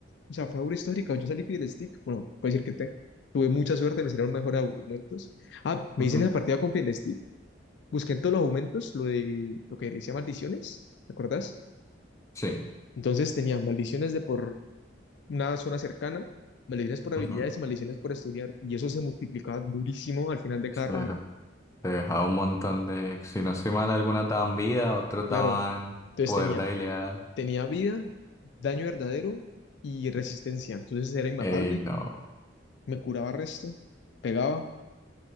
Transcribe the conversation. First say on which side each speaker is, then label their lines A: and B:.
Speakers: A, on the left; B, on the left.
A: O sea, fue aura histórica, yo salí del stick, bueno, puedo decir que te- tuve mucha suerte, me salieron mejor argumentos. Ah, me
B: ujú,
A: hice en la partida con Stick, busqué en todos los argumentos lo de lo que decía maldiciones, ¿te acuerdas?
B: Sí,
A: Entonces tenían maldiciones de por una zona cercana, maldiciones por habilidades
B: ujú,
A: y maldiciones por estudiar. Y eso se multiplicaba durísimo al final de cada
B: claro.
A: ronda.
B: Te dejaba un montón de, si no soy mal, algunas daban vida, otros
A: Claro.
B: daban
A: Entonces
B: poder
A: tenía,
B: de habilidad.
A: tenía vida, daño verdadero y resistencia. Entonces era inmatable,
B: Ey, no.
A: me curaba resto, pegaba.